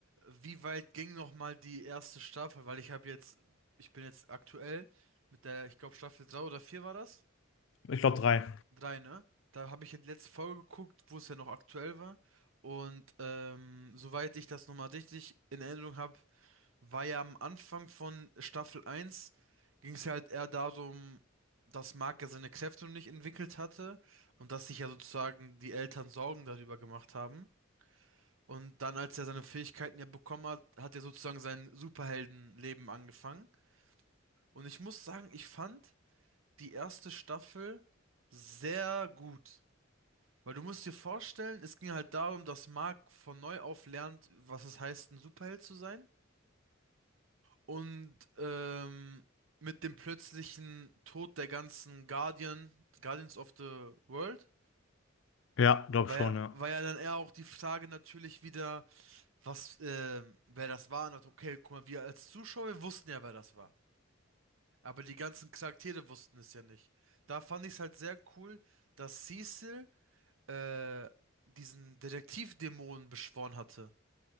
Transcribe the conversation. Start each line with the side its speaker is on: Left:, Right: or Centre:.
Right: wie weit ging nochmal die erste Staffel? Weil ich habe jetzt, ich bin jetzt aktuell mit der, ich glaube Staffel 3 oder 4 war das?
Left: ich glaube drei.
Right: 3, ne? Da habe ich ja die letzte Folge geguckt, wo es ja noch aktuell war. Und ähm, soweit ich das nochmal richtig in Erinnerung habe, war ja am Anfang von Staffel eins ging es halt eher darum, dass Mark ja seine Kräfte noch nicht entwickelt hatte und dass sich ja sozusagen die Eltern Sorgen darüber gemacht haben. Und dann, als er seine Fähigkeiten ja bekommen hat, hat er sozusagen sein Superheldenleben angefangen. Und ich muss sagen, ich fand die erste Staffel sehr gut. Weil du musst dir vorstellen, es ging halt darum, dass Mark von neu auf lernt, was es heißt, ein Superheld zu sein. Und ähm, mit dem plötzlichen Tod der ganzen Guardian, Guardians of the World,
Left: Ja, glaube
Right: war
Left: schon,
Right: ja,
Left: ja.
Right: war ja dann eher auch die Frage natürlich wieder, was, ähm, wer das war. Und dachte, okay, guck mal, wir als Zuschauer wussten ja, wer das war. Aber die ganzen Charaktere wussten es ja nicht. Da fand ich es halt sehr cool, dass Cecil äh, diesen Detektivdämonen beschworen hatte.